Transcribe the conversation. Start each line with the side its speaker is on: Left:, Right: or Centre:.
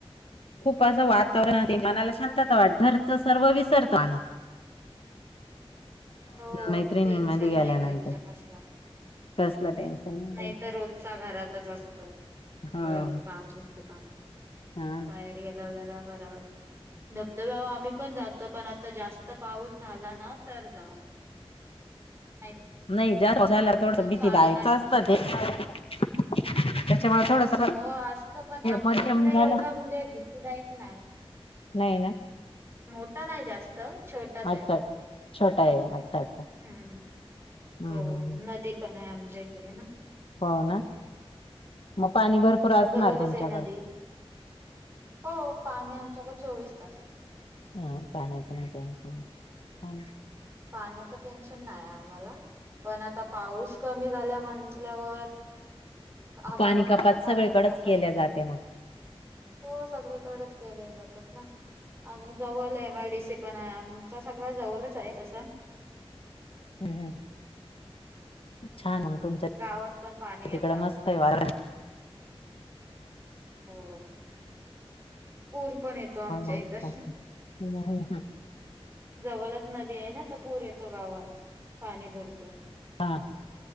Left: खूप असं वातावरण मनाला शांतता वाटरच सर्व विसरतो आणन.
Right: हो
Left: मैत्रिणींमध्ये
Right: टेन्शन
Left: गेल्यानंतर
Right: नाही घरचा कसला
Left: कसलं टेन्शन
Right: नाही
Left: घ्यायचं.
Right: तर रोजचा घरातच असत
Left: हो
Right: घरचं काम घरचं काम
Left: हा
Right: बाहेर गेला जरा बरा वाटत. धबधब आम्ही पण जातो पण आता जास्त पाऊस झाला ना तर जाऊ अक <inaudible>
Left: नाही जास्ला थोडस भीती
Right: चालू
Left: दय
Right: नाही झाला.
Left: असत ते. <inaudible> त्याच्यामुळे थोडस
Right: हो असतो पण आमच्या
Left: मध्यम
Right: इकडे
Left: झालं.
Right: एवढा म्हणजे भीतीदायक नाही.
Left: नाही ना.
Right: मोठा नाही जास्त छोटाच आहे.
Left: अच्छा छोटा आहे अच्छा अच्छा
Right: हम्म
Left: हम्म
Right: हो. नदी पण आहे आमच्या इकडे ना
Left: हो ना मग पाणी भरपूर
Right: हो
Left: असणार
Right: जवळच
Left: तुमच्याकड
Right: आहे नदी. हो पाणी आमच्याकडे चोवीस तास
Left: हा पाण्या नाय टेन्शन छान. आहे.
Right: पाण्याचा टेन्शन नाही आम्हाला पण आता पाऊस कमी झाला म्हटल्यावर आाम्हाला
Left: पाणी
Right: पण
Left: कपात
Right: आता काय
Left: सगळीकडेच
Right: माहिती आहे कस
Left: केल्या
Right: येतय
Left: जाते मग.
Right: हो सगळीकडेच केले जातात. आणि जवळ एम आय डी सी पण आहे. सगळ जवळच आहे तस
Left: हम् हम्म. छान म तुमच्या
Right: गावात पण पाणी येतं
Left: तिकडं
Right: आमच्या
Left: मस्त आहे वार
Right: हो पूर पण येतो आमच्या
Left: मस्त
Right: इथर
Left: आहे. हम्म, हम्म, हम्म.
Right: जवळच नदी आहे ना, तर पूर येतो गावात. पाणी भरतो
Left: हा